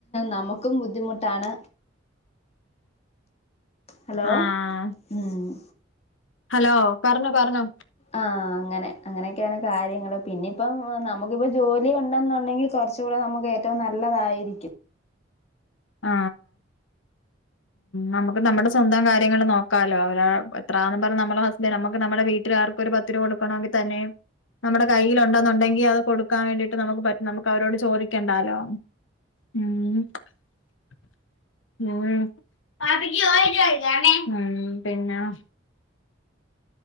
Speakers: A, on the left; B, on the left.
A: നമക്കും ബുദ്ധിമുട്ടാണ് ഹലോ
B: ആഹ്
A: മ്മ്
B: ഹലോ പറഞ്ഞോ പറഞ്ഞോ
A: ആഹ് അങ്ങനെ അങ്ങനെയൊക്കെയാണ് കാര്യങ്ങള് പിന്നെ ഇപ്പം നമ ക്ക് ഇപ്പോ ജോലി ഉണ്ടെന്നുണ്ടെങ്കിൽ കുറച്ച കൂടെ നമുക്ക് ഏറ്റവും നല്ലതായിരിക്കും
B: ആ നമക്ക് നമ്മടെ സ്വന്തം കാര്യങ്ങള് നോക്കാലോ അവ എത്രാെന്ന് പറഞ്ഞ നമ്മളെ ഹസ്ബന്റ് നമ്മക്ക് നമ്മടെ വീട്ടിൽ ആർക്കും ഒരു പത്ത് രൂപ കൊടുക്കണമെങ്കിൽ തന്നെ നമ്മടെ കയ്യില് ഉണ്ടെന്നുണ്ടെങ്കി അത് കൊടുക്കാൻ വേണ്ടിട്ട് നമുക്ക് പറ്റും നമുക്ക് അവരോട് ചോദിക്കണ്ടാലോ ഉം ഉം ഉം പിന്നെ